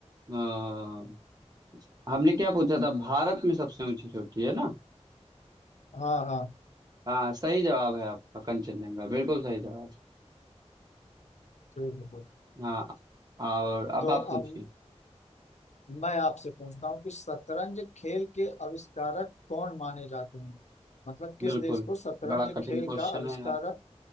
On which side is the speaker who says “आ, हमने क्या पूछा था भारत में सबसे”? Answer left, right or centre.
Right